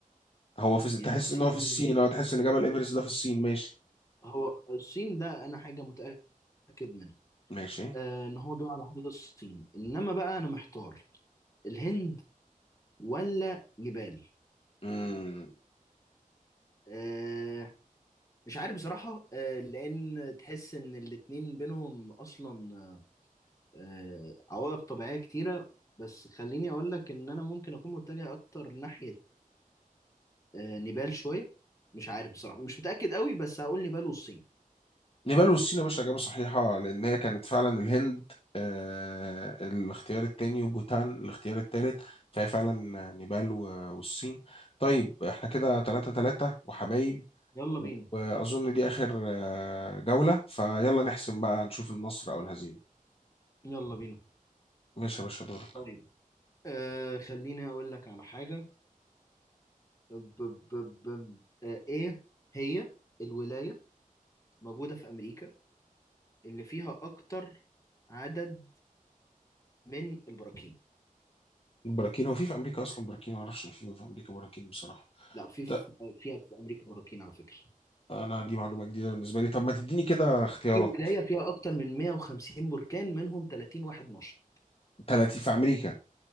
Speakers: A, on the left (about 40°); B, on the left (about 20°).
A: هو في
B: يعني
A: تحس
B: الصين
A: ان هو في
B: بالنسبة
A: الصين
B: لي
A: او تحس ان جبل ايفرست ده في الصين ماشي
B: هو الصين ده أنا حاجة متأكد منها
A: ماشي
B: آه إن هو بيقع على حدود الصين إنما بقى أنا محتار الهند ولا نيبال
A: امم
B: آه مش عارف بصراحة آه لأن تحس إن الاتنين بينهم أصلا آه، عوائق طبيعية كتيرة بس خليني أقول لك إن أنا ممكن أكون متجه أكتر ناحية آه، نيبال شوية مش عارف بصراحة مش متأكد قوي بس هقول نيبال والصين
A: نيبال والصين يا باشا اجابه صحيحه لان هي كانت فعلا الهند آه الاختيار التاني وبوتان الاختيار التالت فهي فعلا نيبال و- والصين طيب احنا كده 3 3 وحبايب
B: يلا بينا
A: واظن دي اخر آه، جولة فيلا نحسم بقى نشوف النصر او الهزيمة
B: يلا بينا
A: ماشي يا باشا دورك
B: طيب آه خليني أقول لك على حاجة ب ب ب آه إيه هي الولاية موجودة في أمريكا اللي فيها أكتر عدد من البراكين
A: البراكين هو في في امريكا اصلا براكين ما اعرفش ان في في امريكا براكين بصراحة
B: لا في في-
A: لا
B: فيها في أمريكا براكين على فكرة
A: انا دي معلومة جديدة بالنسبة لي طب ما تديني كده اختيارات
B: في ولاية فيها أكتر من 150 بركان منهم 30 واحد نشط
A: 30 في امريكا